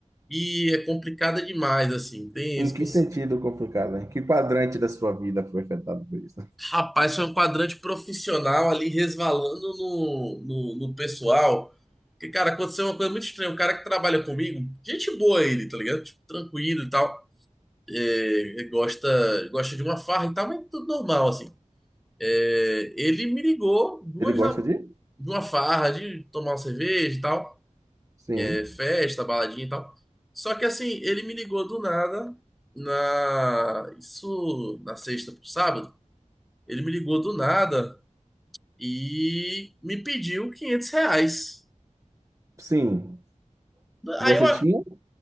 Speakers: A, in the centre; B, on the right (about 25°).
A: e é complicada demais, assim. Tem
B: Em
A: esse...
B: que
A: cons-
B: sentido complicado, né? Que quadrante da sua vida foi afetado por isso?
A: Rapaz, foi um quadrante profissional ali resvalando no, no, no pessoal. Que, cara, aconteceu uma coisa muito estranha. O cara que trabalha comigo, gente boa ele, tá ligado? Tipo, tranquilo e tal. é, gosta, gosta de uma farra e tal, mas tudo normal, assim. É, ele me ligou duas
B: Ele gosta
A: da,
B: de?
A: de uma farra, de tomar uma cerveja e tal,
B: Sim.
A: é, festa, baladinha e tal. Só que assim, ele me ligou do nada, na, isso na sexta pro sábado, ele me ligou do nada e me pediu 500 reais.
B: Sim. E
A: Aí
B: Você
A: eu
B: tinha